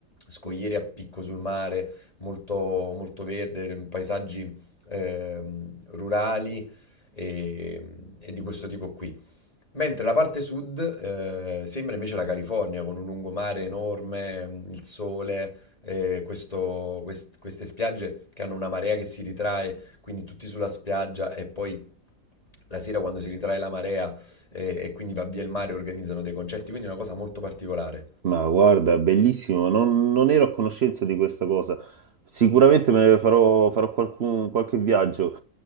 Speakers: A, on the left (about 25°); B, on the right (about 50°).
A: scogliere a picco sul mare, molto, molto verde, paesaggi ehm, rurali e, e di questo tipo qui. Mentre la parte sud eh, sembra invece la California, con un lungomare enorme, il sole, eh, questo- quest- queste spiagge che hanno una marea che si ritrae, quindi tutti sulla spiaggia e poi... La sera quando si ritrae la marea eh, e quindi va via il mare organizzano dei concerti, quindi è una cosa molto particolare.
B: ma guarda, bellissimo, non, non ero a conoscenza di questa cosa. Sicuramente me ne farò, farò qualcun- qualche viaggio.